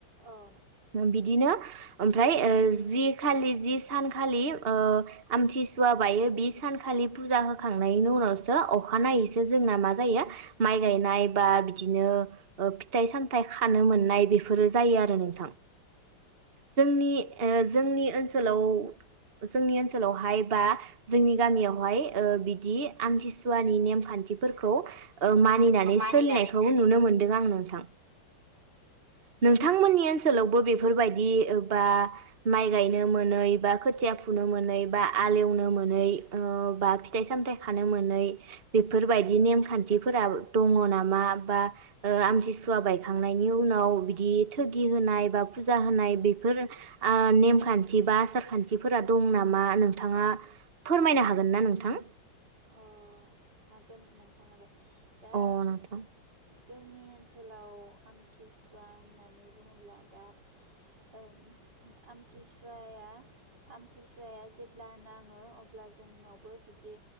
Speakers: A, on the right (about 55°); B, on the right (about 30°).
A: औ
B: बिदिनो ओमफ्राय जि खालि जि सान खालि ओ आमथिसुवा सुवा बायो बि सानखालि फुजा होखांनायनि उनावसो अखानायैसो जोंना मा जायो माइ गायनाय बा बिदिनो फिथाइ सामथाइ खानो मोननाय बेफोरो जायो आरो नोंथां जोंनि ओ जोंनि ओनसोलाव जोंनि ओनसोलावहाय बा जोंनि गामियावहाय ओ बिदि आमथिसुवानि नेमखान्थिफोरखौ ओ मानिनानै
A: मानिनानै
B: सोलिनायखौ नुनो मोनदों आं नोंथां नोंथांमोननि ओनसोलावबो बेफोरबायदि बा माइ गायनो मोनै बा खोथिया फुनो मोनै बा हालेवनो मोनै बा फिथाइ सामथायाइ खानो मोनै बेफोरबायदि नेमखान्थिफोरा दङ नामा बा आमथिसुवानि बायखांनायनि उनाव बिदि थगि होनाय बा फुजा होनाय बेफोर ओ नेमखान्थि बा आसार खान्थिफोरा दं नामा नों नोंथाङा फोरमायनो हागोन ना नोंथां
A: अ हागोन नोंथां हागोन दा
B: अ नोंथां।
A: जोंनि ओनसोलाव थिसुवा होननानै बुङोब्ला दा ओ आमथिसुवाया आमथिसुवाया जेब्ला नांङो अब्ला जोंनावबो बिदि